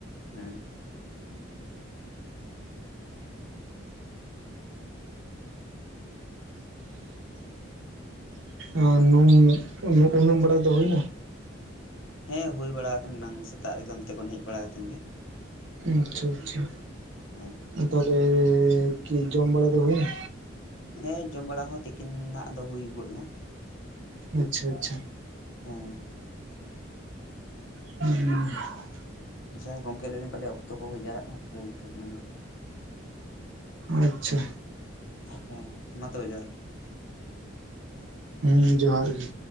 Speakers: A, on the left; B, on the right.
A: ᱦᱮᱸ᱾ <inaudible>
B: ᱟᱺ ᱱᱩᱢ, ᱩᱱᱩᱢ ᱵᱟᱲᱟ ᱫᱚ ᱦᱩᱭᱮᱱᱟ?
A: ᱦᱮᱸ ᱦᱩᱭ ᱵᱟᱲᱟ ᱟᱠᱟᱱ ᱱᱟᱝ ᱥᱮᱛᱟᱜ ᱨᱮᱜᱮ ᱚᱱᱛᱮ ᱠᱷᱚᱱ ᱦᱮᱡ ᱵᱟᱲᱟ ᱠᱟᱛᱮᱫ ᱜᱮ᱾
B: ᱟᱪᱪᱷᱟ ᱟᱪᱪᱷᱟ,
A: ᱦᱮᱸ
B: ᱟ ᱛᱟᱦᱞᱮ ᱠᱤ ᱡᱚᱢ ᱵᱟᱲᱟ ᱫᱚ ᱦᱩᱭᱱᱟ?
A: ᱦᱮᱸ ᱡᱚᱢ ᱵᱟᱲᱟ ᱦᱚᱸ ᱛᱤᱠᱤᱱᱱᱟᱜ ᱫᱚ ᱦᱩᱭ ᱜᱚᱫ ᱮᱱᱟ᱾
B: ᱟᱪᱪᱷᱟ ᱟᱪᱪᱷᱟ᱾
A: ᱦᱮᱸ
B: <inaudible>
A: ᱟᱪᱪᱷᱟ ᱜᱚᱝᱠᱮ ᱞᱟᱹᱭ ᱞᱤᱧ ᱯᱟᱞᱮ ᱚᱠᱛᱚ ᱠᱚ ᱦᱩᱭᱡᱟᱣᱨᱟᱜ ᱠᱟᱱᱟ ᱛᱚᱵᱮ ᱮᱱᱠᱟ ᱜᱮᱞᱟᱝ ᱨᱚᱯᱼᱼ
B: ᱟᱪᱪᱷᱟ᱾
A: ᱦᱮᱸ, ᱢᱟ ᱛᱚᱵᱮ ᱡᱚᱦᱟᱨ ᱜᱮ᱾
B: ᱦᱩᱸ ᱡᱚᱦᱟᱨ ᱜᱮ᱾